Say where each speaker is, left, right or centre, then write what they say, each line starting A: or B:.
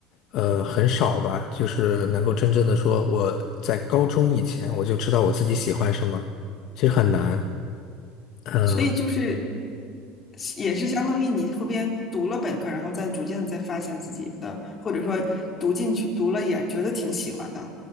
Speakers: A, on the left; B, on the left.
A: 呃很少吧，就是能够真正的说我在高中以前我就知道我自己喜欢什么，其实很难。嗯
B: 所以就是也是相当于你后边读了本科，然后再逐渐的再发现自己的，或者说读进去读了也觉得挺喜欢的。